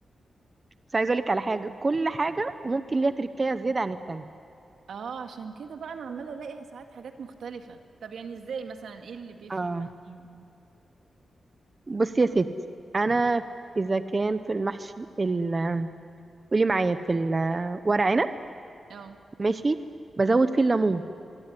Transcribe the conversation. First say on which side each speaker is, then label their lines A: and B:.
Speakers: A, on the right; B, on the right.
A: بس عايزه اقول لك على حاجه كل حاجه وممكن ليها تركية زياده عن التانية
B: اه عشان كده بقى انا عماله الاقي ساعات حاجات مختلفه طب يعني ازاي مثلا ايه اللي بيفرق
A: اه
B: يعني
A: بصي يا ستي انا اذا كان في المحشي ال... قولي معايا في الورق عنب
B: اه
A: ماشي بزود فيه الليمون